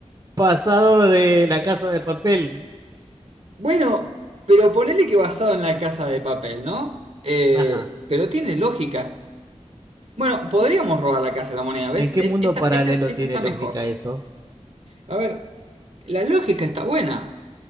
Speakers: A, on the right; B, on the right.
A: Pasado de la casa de papel.
B: Bueno, pero ponele que basado en la casa de papel, ¿no? Eh,
A: Ajá.
B: pero tiene lógica. Bueno, podríamos robar la casa de la moneda, ¿ves?
A: ¿En qué
B: Es-
A: mundo
B: esa,
A: paralelo
B: esa- esa
A: tiene
B: está
A: lógica
B: mejor.
A: eso?
B: A ver, la lógica está buena.